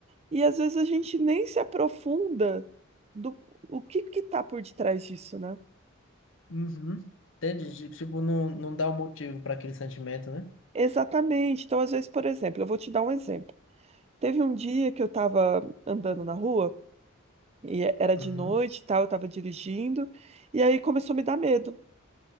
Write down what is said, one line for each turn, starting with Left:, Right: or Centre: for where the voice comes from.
Right: E às vezes a gente nem se aprofunda do o que que tá por detrás disso, né?
Left: uhum. Entendi. Ti- Tipo, não, não dá um motivo para aquele sentimento, né?
Right: Exatamente. Então, às vezes, por exemplo, eu vou te dar um exemplo. Teve um dia que eu estava andando na rua. E é- era de
Left: Uhum.
Right: noite e tal, eu tava dirigindo. E aí começou a me dar medo.